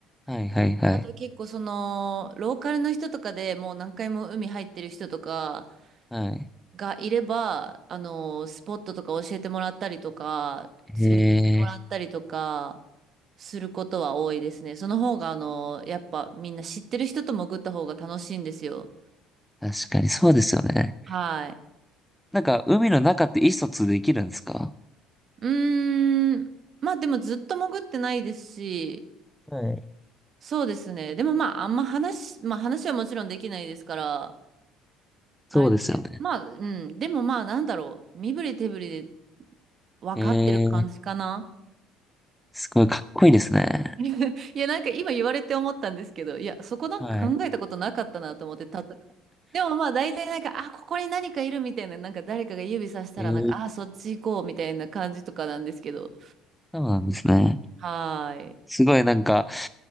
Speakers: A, in the centre; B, on the right.
A: はいはいはい。
B: あと結構その、ローカルの人とかでもう何回も海入ってる人とか
A: はい。
B: がいれば、あの、スポットとか教えてもらったりとか、
A: へ
B: 連れて行ってもらったりとか、
A: え、
B: することは多いですね。その方があの、やっぱみんな知ってる人と潜った方が楽しいんですよ。
A: 確かにそうですよね。
B: はい。
A: なんか海の中って意思疎通できるんですか
B: うーん。まあでもずっと潜ってないですし、
A: はい。
B: そうですね。でもまあ、あんま話、まあ話はもちろんできないですから、
A: そうですよね。
B: あれですけど、まあ、うん。でもまあ、なんだろう。身振り手振りで分かってる感じかな。
A: ええ、すごいかっこいいですね。
B: <laughs> いや、なんか今言われて思ったんですけど、いや、そこなんか考えたことなかったなと思って、
A: はい。
B: たとでもまあ、大体なんか、あ、ここに何かいるみたいな、なんか誰かが指さしたら、
A: ええ、
B: なんか、あ、そっち行こうみたいな感じとかなんですけど。
A: そうなんですね。
B: はーい。
A: すごいなんか、